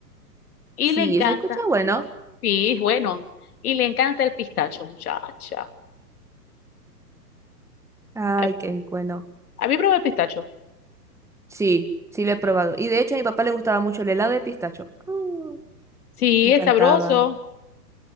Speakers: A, on the left; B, in the centre.
A: Y
B: Sí,
A: le encanta.
B: se escucha bueno.
A: Sí, es bueno. Y le encanta el pistacho, muchacha.
B: Ay,
A: Ay,
B: qué bueno.
A: A mí probé el pistacho.
B: Sí, sí lo he probado. Y de hecho a mi papá le gustaba mucho el helado de pistacho. Mm,
A: Sí,
B: me encantaba.
A: es sabroso.